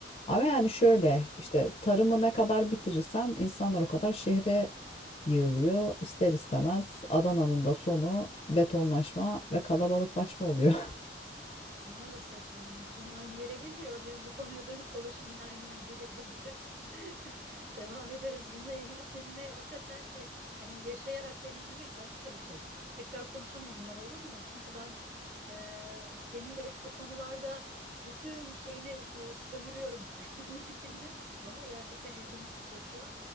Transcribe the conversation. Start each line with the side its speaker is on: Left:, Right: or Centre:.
Left: Ama yani şöyle
Right: Hı hı.
Left: işte tarımı ne kadar bitirirsen insanlar o kadar şehre yığılıyor. İster istemez Adana'nın da sonu betonlaşma ve kalabalıklaşma oluyor. <laughs>
Right: Maalesef yani konu aynı yere geliyor. Biz bu konuya dönüp dolaşıp yine aynı yerlere geleceğiz. <laughs> Devam ederiz. Bununla ilgili seninle hakikaten şey hani yaşayarak deneyimlemek başka bir şey. Tekrar konuşalım bunlar olur mu? Çünkü ben eee, senin de hep bu konularda bütün şeyini e, sömürüyorum <laughs> birikimini ama gerçekten ilgimi çekiyor.